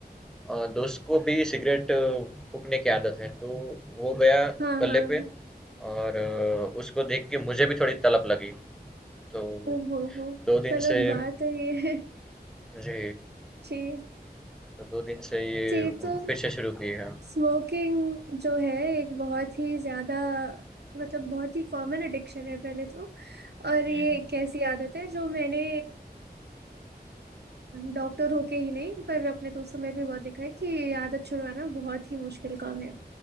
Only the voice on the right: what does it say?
हाँ
हाँ हाँ,
ओ हो हो
गलत
बात है ये <laughs>
जी
जी
तो
स्मोकिंग जो है एक बहुत ही ज्यादा मतलब बहुत ही कॉमन एडिक्शन है पहले तो और
ये एक ऐसी आदत है जो मैंने डॉक्टर होके ही नहीं पर अपने दोस्तों में भी बहुत देखा है कि ये आदत छुड़वाना बहुत ही मुश्किल काम है